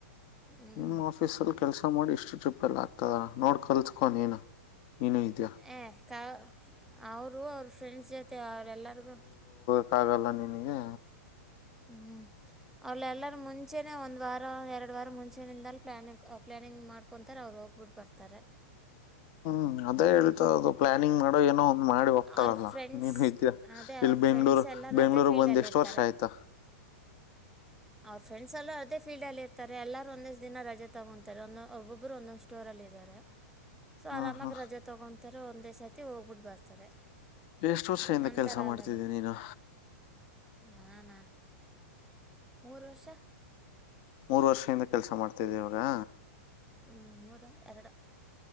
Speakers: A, in the centre; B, on the left.
A: ಹ್ಞೂ
B: ನಿಮ್ಮ ಆಫೀಸಲ್ಲಿ ಕೆಲ್ಸ ಮಾಡಿ ಇಷ್ <unintelligible> ಟ್ರಿಪ್ ಎಲ್ಲ ಆಗ್ತದ ನೋಡ್ ಕಲ್ತ್ಕೊಂಡ ನೀನು ನೀನು ಇದ್ಯಾ
A: ಏ ಕಾ ಅವರು ಅವ್ರ ಫ್ರೆಂಡ್ಸ್ ಜೊತೆ ಅವ್ರ ಎಲ್ಲರಿಗೂ
B: ಕ್ಕ ಆಗಲ್ಲ ನಿನಗೆ
A: ಹ್ಮ ಹ್ಮ್ ಅಲ್ಲೆಲ್ಲ ಮುಂಚೆನೆ ಒಂದ್ ವಾರ ಎರಡ ಎರಡು ವಾರ ಮುಂಚೆಯಿಂದಲ ಪ್ಲಾನಿಂಗ ಆ ಪ್ಲ್ಲಾನಿಂಗ್ ಮಾಡ್ಕೊತಾರೆ ಅವ್ರು ಹೋಗ್ಬಿಟ್ಟು ಬರ್ತಾರೆ.
B: ಹ್ಮ್ <unintelligible> ಅದೇ ಹೇಳ್ತದು
A: ಹ್ಮ್
B: <unintelligible> ಪ್ಲಾನಿಂಗ್ ಮಾಡೋ ಏನೋ ಮಾಡಿ ಹೋಗ್ತಾಳಲ್ಲ
A: ಅವ್ರ ಫ್ರೆಂಡ್ಸ್
B: ನೀನು ಇದ
A: ಅದೇ ಅವ್ರ
B: ಇಲ್ಲಿ ಬೆಂಗ್ಳೂರ್
A: ಫ್ರೆಂಡ್ಸ್ ಎಲ್ಲರೂ
B: ಬೆಂಗ್ಳೂರು
A: ಅದೇ ಫೀಲ್ಡಲ್ಲಿ
B: ಬಂದ ಎಷ್ಟ್
A: ಇರ್ತಾರೆ
B: ವರ್ಷ ಆಯ್ತ.
A: ಅವ್ರ ಫ್ರೆ್ ಎಲ್ಲೂ ಅದೇ ಫೀಲ್ಡಲ್ಲಿ ಇರ್ತಾರೆ ಎಲ್ಲರೂ ಒಂದೇ ದಿನ ರಜೆ ತಗೊತಾರೆ ಒಂದ ಒಬ್ಬೊಬ್ಬರು ಒಂದೊಂದು ಸ್ಟೋರಲ್ಲ ಇದಾರೆ. ಸೊ
B: ಹ್ಮ್
A: ಆರಾಮಾಗಿ
B: ಹ್ಮ್
A: ರಜೆ ತೊಗೊಂಡ. ತರ ಒಂದೇ ಸರ್ತಿ ಹೋಗ್ಬಿಟ್ಟ ಬರ್ತಾರೆ.
B: ಎಷ್ಟು ವರ್ಷದಿಂದ
A: ನನ್ನ
B: ಕೆಲ್ಸ
A: ಥರ
B: ಮಾಡ್ತಿದ್ದೀ
A: ಅಲ್ಲಲ್ಲ
B: ನೀನು.
A: ನಾನಾ ಮೂರು ವರ್ಷ.
B: ಮೂರು ವರ್ಷದಿಂದ ಕೆಲಸ ಮಾಡ್ತಿದ್ದವಾಗ.
A: ಹ್ಮ್ ನೂರ ಎರಡು.